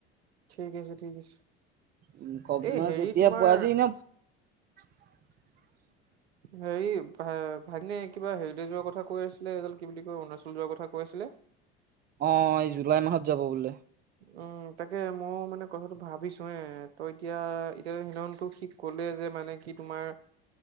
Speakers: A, on the right; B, on the right.
A: ঠিক আছে ঠিক আছে
B: উম খ
A: এ
B: মানে
A: হেৰি
B: তেতিয়া
A: তোমাৰ
B: পোৱা আজি ন <unintelligible>
A: হেৰি ভ ভাইনে কিবা হেৰিতেজোৱাৰ কথা কৈ আছিলে এডাল কি বুলি কয় অৰুণাচল যোৱাৰ কথা কৈ আছিলে।
B: অ এই জুলাই মাহত যাব বোলে।
A: উম তাকে ময়ো মানে কথাটো ভাবিছো হে তই এতিয়া এতিয়া হেদনাতোক সি ক'লে যে মানে কি তোমাৰ